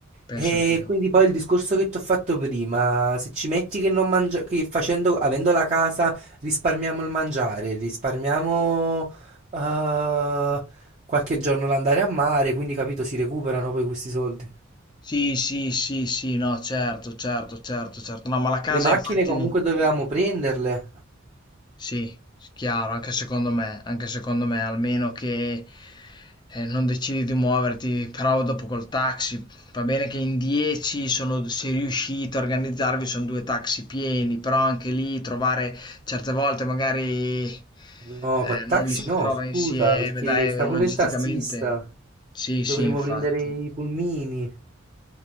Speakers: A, on the left; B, on the right.
A: penso
B: E
A: anch'io.
B: quindi poi il discorso che ti ho fatto prima, se ci metti che non mangia, che facendo, avendo la casa Risparmiamo il mangiare, risparmiamo eh, qualche giorno l'andare a mare, quindi capito, si recuperano poi questi soldi.
A: Sì, sì, sì, sì, no, certo, certo, certo, certo. No, ma la casa
B: Le macchine
A: infatti...
B: comunque dovevamo prenderle.
A: Sì, s- chiaro, anche secondo me, anche secondo me, almeno che eh, non decidi di muoverti, però dopo col taxi, va bene che in 10 sono, se riuscite a organizzarvi sono due taxi pieni, però anche lì trovare certe volte magari eh,
B: No, con
A: non
B: taxi
A: li si
B: no,
A: trova
B: scusa,
A: insieme,
B: perché
A: dai,
B: sta
A: logisticamente.
B: pure il tassista.
A: Sì, sì,
B: Dovremmo
A: infatti.
B: prendere i pulmini,